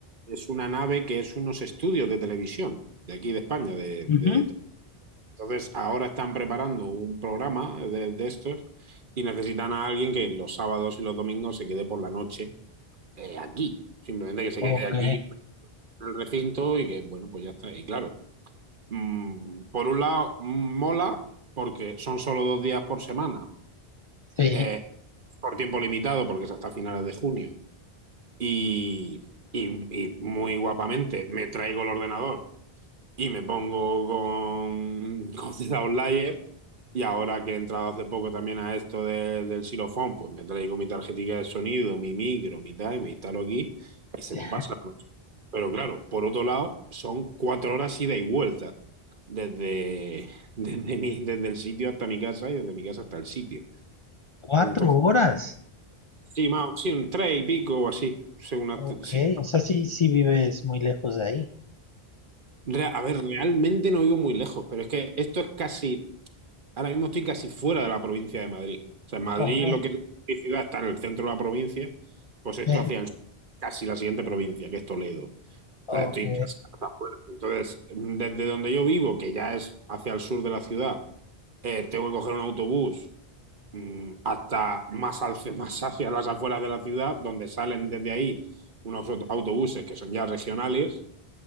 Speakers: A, on the right; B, on the left.
A: es una nave que es unos estudios de televisión de aquí de España. De,
B: Ujú.
A: de- entonces, ahora están preparando un programa de, de estos y necesitan a alguien que los sábados y los domingos se quede por la noche eh, aquí. Simplemente que se
B: Ok,
A: quede aquí en el recinto y que, bueno, pues ya está. Y claro, mm, por un lado, mm, mola porque son solo dos días por semana
B: sí,
A: eh, por tiempo limitado, porque es hasta finales de junio. Y, y, y muy guapamente me traigo el ordenador y me pongo con, <laughs> con The Outlier. Y ahora que he entrado hace poco también a esto de- del xilofón, pues me traigo mi tarjetica de sonido, mi micro, mi tal, y me instalo aquí y
B: sí.
A: se me pasa la noche. Pero claro, por otro lado, son cuatro horas ida y vuelta desde, <laughs> desde, mi, desde el sitio hasta mi casa y desde mi casa hasta el sitio.
B: Cuatro
A: Entonces,
B: horas.
A: Sí, más, sí, un 3 y pico o así. según hasta-
B: Ok,
A: sí.
B: o sea, sí, sí vives muy lejos de ahí.
A: Re- a ver, realmente no vivo muy lejos, pero es que esto es casi, ahora mismo estoy casi fuera de la provincia de Madrid. O sea, Madrid,
B: Ok,
A: lo que es mi ciudad, está en el centro de la provincia, pues esto
B: sí.
A: hacia el sur, casi la siguiente provincia, que es Toledo. O
B: Ok,
A: sea, estoy casi hasta afuera. Entonces, desde donde yo vivo, que ya es hacia el sur de la ciudad, eh, tengo que coger un autobús mm, hasta más, al, <laughs> más hacia las afueras de la ciudad, donde salen desde ahí unos aut- autobuses que son ya regionales,